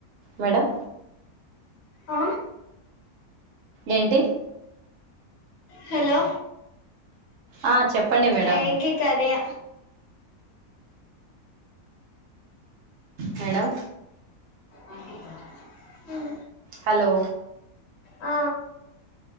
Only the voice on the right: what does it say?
మేడం
ఏంటి
ఆ చెప్పండి మేడం
మేడం
హలో